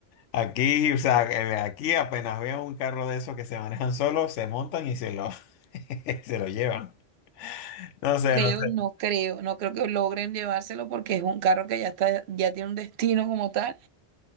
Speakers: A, on the left (about 90°); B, on the right (about 70°).
A: Aquí, o sea, eh, aquí apenas veo un carro de esos que se manejan solos, se montan y se lo, <laughs> se lo llevan. No sé,
B: Creo,
A: no sé.
B: no creo, no creo que logren llevárselo porque es un carro que ya está, ya tiene un destino como tal